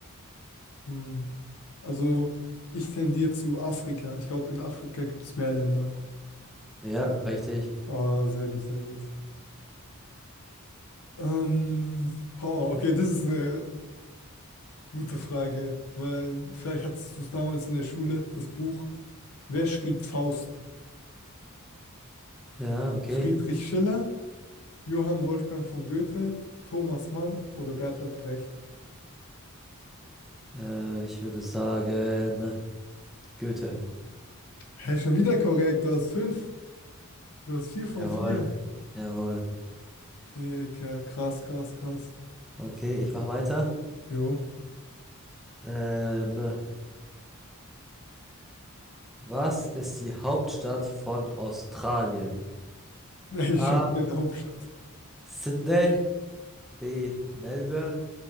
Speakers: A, on the left (about 80°); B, in the centre.
A: Hm. Also ich tendiere zu Afrika. Ich glaube, in Afrika gibt es mehr Länder.
B: Ja, richtig.
A: Oh, sehr gut, sehr gut. Ähm, boah, okay, das ist eine gute Frage, weil vielleicht hattest du es damals in der Schule, das Buch. Wer schrieb Faust?
B: Ja, okay.
A: Friedrich Schiller, Johann Wolfgang von Goethe, Thomas Mann oder Bertolt Brecht?
B: Äh, ich würde sagen, Goethe.
A: Hey, schon wieder korrekt. Du hast fünf. Du hast vier von
B: Jawohl.
A: vier.
B: Jawohl.
A: Jawohl. Digga, krass, krass, krass.
B: Okay, ich mache weiter.
A: Jo. <laughs>
B: Ähm, was ist die Hauptstadt von Australien?
A: Hey,
B: A.
A: schon wieder in der Hauptstadt.
B: Sydney, B. Melbourne,